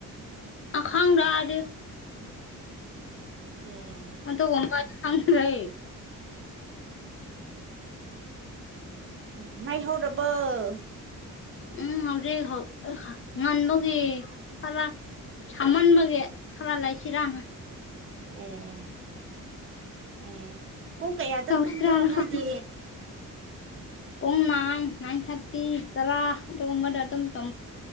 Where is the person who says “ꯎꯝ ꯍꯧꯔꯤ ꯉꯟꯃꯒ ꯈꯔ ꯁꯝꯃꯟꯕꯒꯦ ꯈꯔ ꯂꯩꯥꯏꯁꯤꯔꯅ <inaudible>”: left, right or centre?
Left